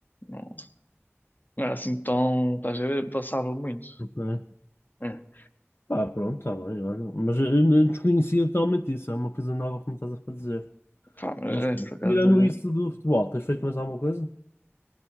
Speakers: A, on the left (about 40°); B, on the left (about 55°).
A: não, não era assim tão, estás a ver, passava muito.
B: Ok.
A: É,
B: Ah, pronto, tá bem, olha. Mas eu não desconhecia totalmente isso, é uma coisa nova que me estás a fazer.
A: pá, mas
B: Mas
A: é,
B: pronto,
A: por acaso
B: tirando
A: é.
B: isso do futebol, tens feito mais alguma coisa?